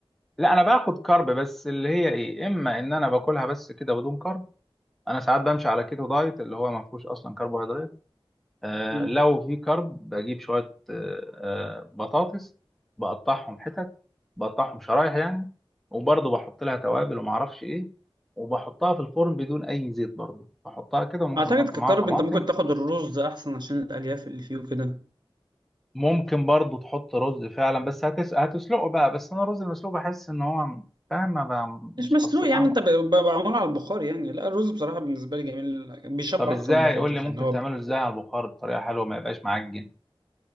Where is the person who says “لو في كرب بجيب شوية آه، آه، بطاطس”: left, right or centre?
Centre